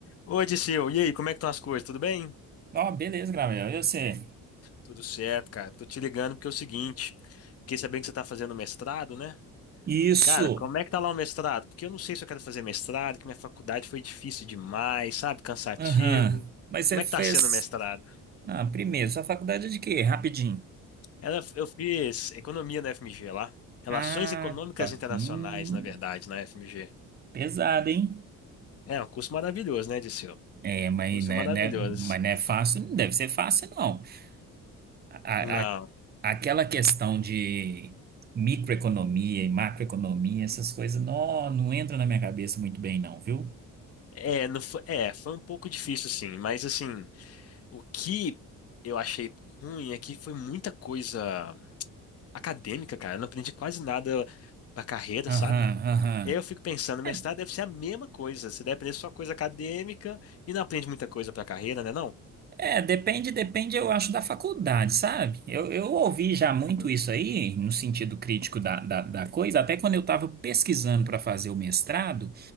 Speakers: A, on the left (about 40°); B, on the right (about 30°).
A: Oi, Disseu. E aí, como é que estão as coisas? Tudo bem?
B: Ó, beleza, Gabriel. Eu sei.
A: Tudo certo, cara. Tô te ligando porque é o seguinte, fiquei sabendo que você tá fazendo mestrado, né?
B: Isso.
A: Cara, como é que tá lá o mestrado? Porque eu não sei se eu quero fazer mestrado, que minha faculdade foi difícil demais, sabe? Cansativo.
B: Aham. Mas você
A: Como é
B: fez.
A: que tá sendo o mestrado?
B: Ah, primeiro, sua faculdade é de quê? Rapidinho.
A: Ela- Eu fiz economia na FMG lá. Relações
B: Ah,
A: Econômicas
B: tá.
A: Internacionais,
B: Hum,
A: na verdade, na FMG.
B: pesado, hein?
A: É um curso maravilhoso, né, Disseu?
B: É, mas,
A: Curso
B: né,
A: maravilhoso.
B: né- mas não é fácil, não deve ser fácil, não. A,
A: Não,
B: a- aquela questão de microeconomia e macroeconomia, essas coisas, não, não entra na minha cabeça muito bem, não, viu?
A: é, não foi, é, foi um pouco difícil, sim, mas assim. O que eu achei ruim é que foi muita coisa acadêmica, cara. Eu não aprendi quase nada pra carreira,
B: Aham,
A: sabe?
B: aham.
A: E aí eu fico pensando, mestrado
B: É,
A: deve ser a mesma coisa. Você deve aprender só coisa acadêmica e não aprende muita coisa pra carreira, né não?
B: É, depende, depende, eu acho, da faculdade, sabe? Eu, eu ouvi já muito
A: Hum.
B: isso aí, no sentido crítico da, da, da coisa, até quando eu estava pesquisando para fazer o mestrado,